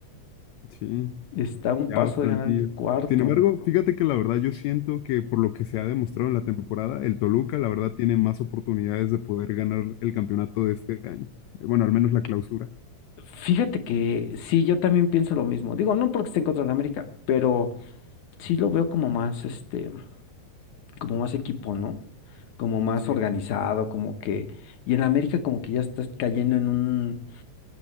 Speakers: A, on the left (about 85°); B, on the left (about 70°).
A: Sí.
B: Está a un
A: Ya
B: paso
A: bastantillo.
B: de ganar cuarto.
A: Sin embargo, fíjate que la verdad yo siento que por lo que se ha demostrado en la temporada, el Toluca la verdad tiene más oportunidades de poder ganar el campeonato de este año. Eh, Bueno, al menos la clausura.
B: Fíjate que sí, yo también pienso lo mismo. Digo, no porque esté en contra de la América, pero sí lo veo como más, este. como más equipo, ¿no? Como más
A: Sí,
B: organizado, como que... Y en América como que ya estás cayendo en un...